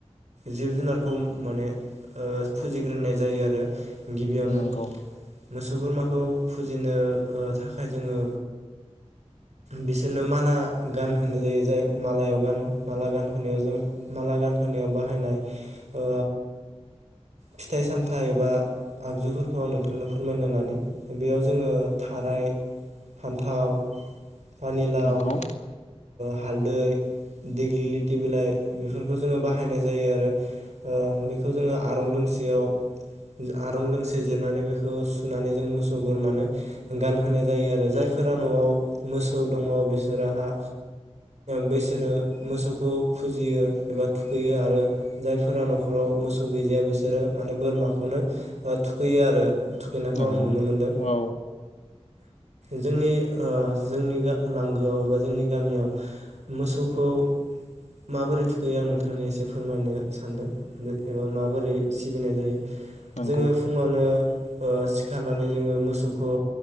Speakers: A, on the right; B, on the left.
A: जिब जुनारखौ माने फुजिग्रोनाय जायो आरो गिबियावनो
B: नंगौ
A: मोस सुबुंमाखौ फुजिनो थाखाय जोङो बिसोरनो माला गान जेरैहाय मालायाव गान माला गानहोनायाव जों माला गानहोनायाव ओ फिथाइ सामथाइ। फा एबा आगजुफोरखौ आं नोथां बेखौनो फोरमायनो लानो बेयाव जोङो थाराय फान्थाव, फानिलाव-
B: नंगौ
A: हालदै, देग्लिथि बिलाइ बेफोरखौ जोङो बाहायनाय जायो आरो बेखौ जोङो आरं दोंसेयाव आरं दोंसे जिरनानै बेखौ सुनानै जों मोसौ बोरमानो गानहोनाय जायो आरो जायफोरा न'आव मोसौ दङ बिसोराहा। बिैसोरो मोसौखौ फुजियो एबा थुखैयो आरो जायफोरा न'खराव मोसौ गैजाया बिसोरो माने बोरमाखौनो थुखैयो आरो थुखैनायखौ
B: नंगौ
A: आं नुनो मोनदों
B: औ
A: जोंनि जोंनि लांगोआव एबा जोंनि गामियाव मोसौखौ माबोरै थुखैयो आं नोंथांनि एसे फोरमायनो सानदों एबा माबोरै सिबिनाय जायो।
B: नंगौ
A: जोङो फुङावनो ओ सिखारनानै जोङो मोसौखौ